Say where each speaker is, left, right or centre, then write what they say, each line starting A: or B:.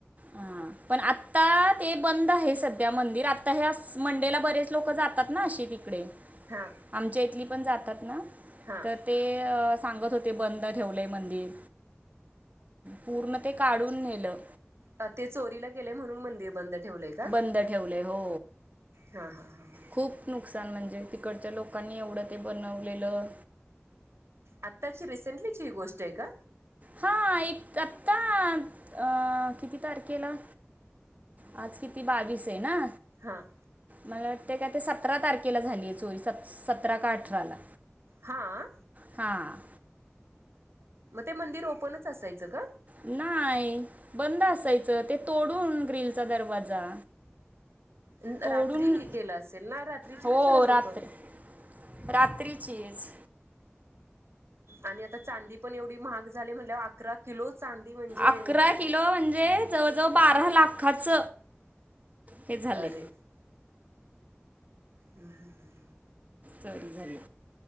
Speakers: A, on the right; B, on the right.
A: हां. पण आत्ता ते बंद हाय सध्या मंदिर, आता ह्यास मंडेला बरेच लोक जातात ना अशी ती. तीकडे.
B: हा.
A: आमच्या इथली पण जातात ना,
B: हा
A: तर ते अ सांगत होते. ते बंद ठेवलंय मंदिर. पूर्ण ते काढून नेलं.
B: हा ते चोरीला गेले म्हणून मंदिर बंद ठेवलय का?
A: बंद ठेवलंय हो.
B: हा हा हा हा.
A: खूप नुकसान म्हणजे तिकडच्या लोकांनी एवढं ते बनवलेलं.
B: आत्ताची रिसेंटलीची ही गोष्ट आहे का?
A: हा एक आत्ता अ किती तारखेला? आज किती बावीस हय ना?
B: हां.
A: मला वाटते काय ते, सतरा तारखेला झालीय चोरी स सतरा का अठराला
B: हां आ.
A: हां.
B: म ते मंदिर ओपनच असायचं का?
A: नाय बंद असायचं, ते तोडून ग्रिलचा दरवाजा
B: न
A: तोडून
B: रात्री ही केलं असेल ना? रात्रीची
A: हो
B: कशाला लोकं
A: रात्री रात्रीचीच.
B: आणि आता चांदी पण एवढी महाग झाली म्हणल्यावर, अकरा किलो चांदी म्हणजे
A: अकरा किलो म्हणजे जवळजवळ बारा लाखच हे झालय.
B: अरे हू हू हू.
A: चोरी झाली.